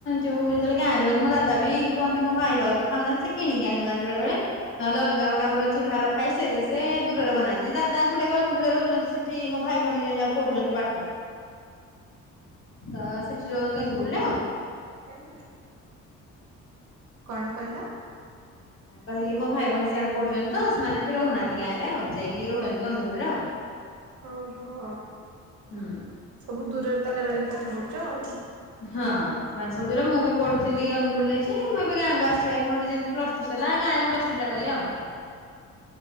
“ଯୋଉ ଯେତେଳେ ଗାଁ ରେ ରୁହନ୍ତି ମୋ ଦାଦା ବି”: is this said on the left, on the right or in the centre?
Left